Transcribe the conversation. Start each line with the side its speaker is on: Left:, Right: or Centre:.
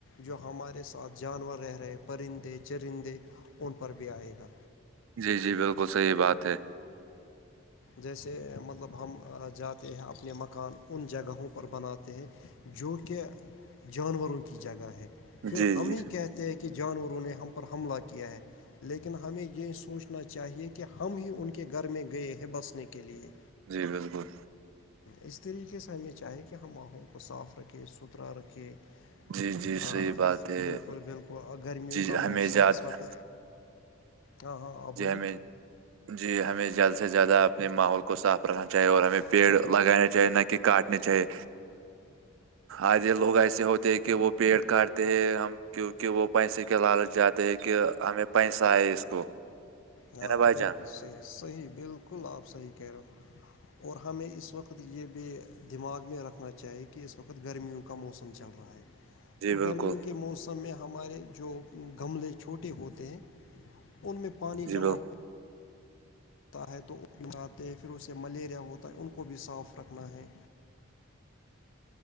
Left: جو ہمارے ساتھ جانور رہ رہے پرندے چرندے ان پر بھی آئے گا
Right: جی جی بالکل صحیح بات ہے
Left: جیسے مطلب ہم جاتے ہیں اپنے مکان ان جگہوں پر بناتے ہیں جو کہ جانوروں کی جگہ ہے پھر
Right: جی
Left: ہم
Right: جی
Left: ہی کہتے ہیں کہ جانوروں نے ہم پر حملہ کیا ہے لیکن ہمیں یہ سوچنا چاہیے کہ ہم ہی ان کے گھر میں گئے ہیں بسنے کے لیے
Right: جی بالکل
Left: اس طریقے سے ہمیں چاہے کہ ہم ماحول کو صاف رکھیں ستھرا رکھیں
Right: جی جی صحیح
Left: ہاں
Right: بات ہے
Left: بالکل بالکل گرمیوں
Right: جی
Left: کا
Right: ہمیں
Left: موسم
Right: زیادہ
Left: اس وقت ہاں ہاں آپ
Right: جی
Left: بولیے
Right: ہمیں جی ہمیں زیادہ سے زیادہ اپنے ماحول کو صاف رکھنا چاہیے اور ہمیں پیڑ لگانا چاہیے نہ کہ کاٹنے چاہیے آدے لوگ ایسے ہوتے ہیں کہ وہ پیڑ کاٹتے ہیں ہم کیونکہ وہ پیسے کے لالچ جاتے کہ ہمیں پیسہ ہے اس کو
Left: ہاں
Right: ہے نا بھائی
Left: بالکل
Right: جان
Left: صحیح صحیح بالکل آپ صحیح کہہ رہے ہو اور ہمیں اس وقت یہ بھی دماغ میں رکھنا چاہیے کہ اس وقت گرمیوں کا موسم م چل رہا ہے
Right: جی
Left: تو
Right: بالکل
Left: گرمیوں کے موسم میں ہمارے جو گملے چھوٹے ہوتے ہیں ان میں پانی
Right: جی
Left: جمع
Right: بالکل
Left: ہو ہوتا ہے توماتے ہیں پھر اسے ملیریا ہوتا ہے ان کو بھی صاف رکھنا ہے
Right: <inaudible>